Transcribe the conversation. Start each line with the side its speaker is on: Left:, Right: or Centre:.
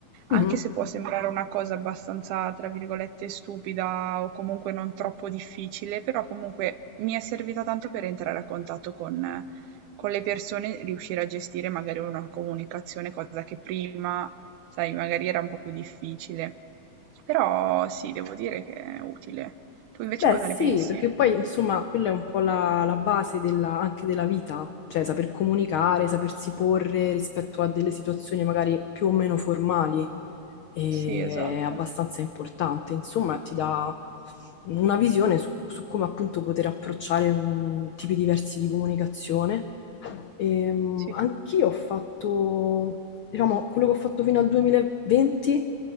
Left: Mhm.
Right: anche se può sembrare una cosa abbastanza, tra virgolette, stupida o comunque non troppo difficile, però comunque mi è servita tanto per entrare a contatto con, con le persone, riuscire a gestire magari una comunicazione, cosa che prima, sai, magari era un po' più difficile. Però sì, devo dire che è utile. Tu invece
Left: Beh,
Right: cosa
Left: sì,
Right: ne pensi?
Left: perché poi insomma quella è un po' la, la base della- anche della vita, cioè saper comunicare, sapersi porre rispetto a delle situazioni magari più o meno formali e-
Right: Sì, esatto.
Left: è abbastanza importante, insomma ti dà una visione su, su come appunto poter approcciare un- tipi diversi di comunicazione. Ehm,
Right: Sì.
Left: anch'io ho fatto, diciamo, quello che ho fatto fino al 2020